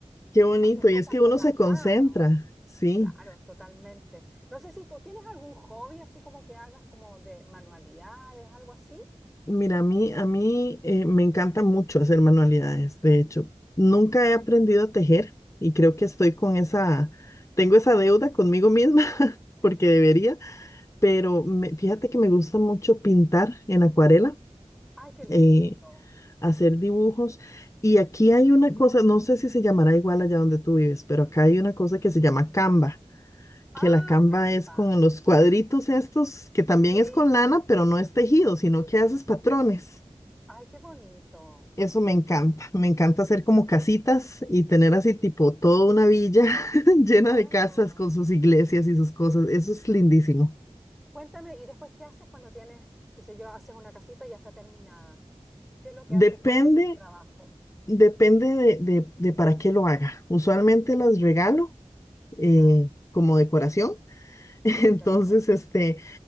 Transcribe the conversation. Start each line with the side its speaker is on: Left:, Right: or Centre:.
Left: Qué bonito.
Centre: hacer cosas
Left: Y es que
Centre: con
Left: uno
Centre: las
Left: se
Centre: manos,
Left: concentra, sí.
Centre: claro, totalmente. No sé si tú tienes algún hobby así como que hagas como de manualidades, algo así.
Left: Mira, a mí, a mí eh, me encanta mucho hacer manualidades. De hecho, nunca he aprendido a tejer y creo que estoy con esa, tengo esa deuda conmigo misma <laughs> porque
Centre: Sí.
Left: debería, pero me- fíjate que me gusta mucho pintar en acuarela,
Centre: Ay, qué lindo.
Left: eh, hacer dibujos. Y aquí hay una cosa, no sé si se llamará igual allá donde tú vives, pero acá hay una cosa que se llama Canva.
Centre: Ah,
Left: que la camba
Centre: Ah, Canva.
Left: es con los cuadritos estos, que también
Centre: Sí.
Left: es con lana, pero no es tejido, sino que haces patrones.
Centre: Ay, qué bonito.
Left: Eso me encanta, me encanta hacer como casitas y tener así tipo toda una villa <laughs> llena
Centre: Claro.
Left: de casas con sus iglesias y sus cosas. Eso es lindísimo.
Centre: Cuéntame, ¿y después qué haces cuando tienes, qué sé yo, haces una casita y ya está terminada? ¿Qué es lo que
Left: Depende,
Centre: haces con el trabajo?
Left: depende de, de- de para qué lo haga. Usualmente las regalo eh,
Centre: Ya,
Left: como decoración. <laughs> Entonces,
Centre: perfecto.
Left: este,